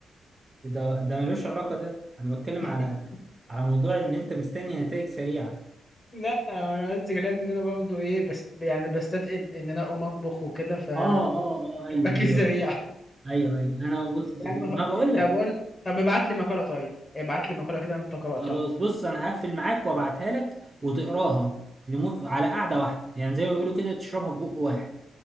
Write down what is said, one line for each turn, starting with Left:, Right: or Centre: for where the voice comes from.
Right: ده ده ملوش علاقة ده انا بتكلم
Left: <laughs>
Right: على على موضوع ان انت مستني نتائج سريعة
Left: لا انا قصدي كلام ان انا برضو ايه بس يعني بستثقل ان انا اقوم اطبخ وكده ف
Right: اه اه
Left: بطلب
Right: اه ايوه
Left: <laughs> اكل
Right: ايوه
Left: سريع
Right: ايوه ايوه انا وصلت
Left: يا عم
Right: ما
Left: خ-
Right: بقول لك
Left: طب قول طب ابعت لي مقاله طيب ابعت لي مقاله كده انت قراتها
Right: خلاص بص انا هقفل معاك وابعتها لك وتقراها لمو... على قعدة واحدة يعني زي ما بيقولوا كده تشربها في بق واحد